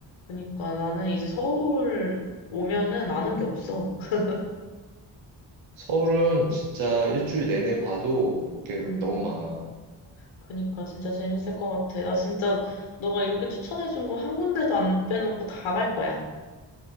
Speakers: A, on the left; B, on the right.
A: 그니까 나는 이제 서울 오면은 아는 게 없어. <laughs>
B: 서울은 진짜 일주일 내내 봐도 볼게
A: 음.
B: 너무 많아.
A: 그니까 진짜 재밌을 것 같아. 나 진짜 너가 이렇게 추천해준 거 한 군데도 안 빼놓고 다 갈 거야.